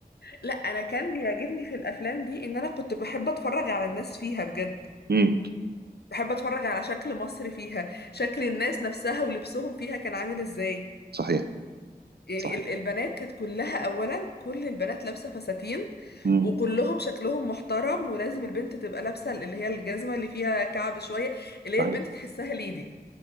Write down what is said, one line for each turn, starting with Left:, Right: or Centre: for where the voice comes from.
Left: لا أنا كان بيعجبني في الأفلام دي إن أنا كنت بحب أتفرج على الناس فيها بجد
Right: امم
Left: بحب أتفرج على شكل مصر فيها شكل الناس نفسها ولبسهم فيها كان عامل إزاي
Right: صحيح
Left: يعني
Right: صحيح
Left: ال- البنات كانت كلها أولا كل البنات لابسة فساتين
Right: امم
Left: وكلهم شكلهم محترم ولازم البنت تبقى لابسة اللي هي الجزمة اللي فيها كعب شوية اللي
Right: صحيح
Left: هي البنت تحسها ليدي